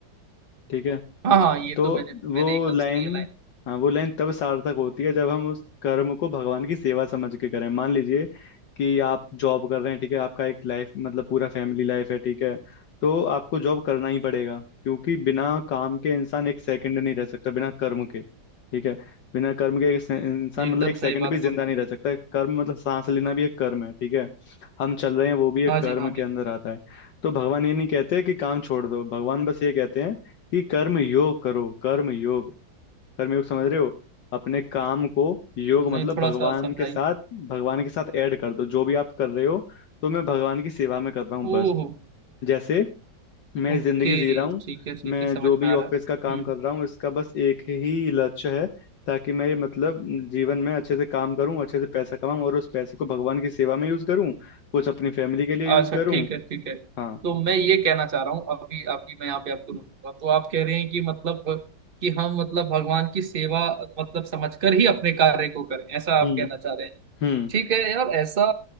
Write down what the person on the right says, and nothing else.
हाँ हाँ ये
तो मैंने
मैंने एकदम
सुनी है लाइन
ये एकदम
सही बात
बोल रहे
हो। हाँ
जी हाँ
जी
नहीं
थोड़ा
सा समझाइए
ओहो
ओके
ठीक है ठीक
है समझ
में आ
रहा है
हम्म
अच्छा
ठीक है ठीक है
तो मैं ये कहना चाह रहा हूँ अभी आपकी मैं यहाँ पे आपको रोकूंगा तो आप कह रहे हैं कि मतलब कि हम मतलब भगवान की सेवा मतलब समझकर ही अपने कार्य को करें ऐसा आप
कहना चाह रहे हैं
ठीक है यार ऐसा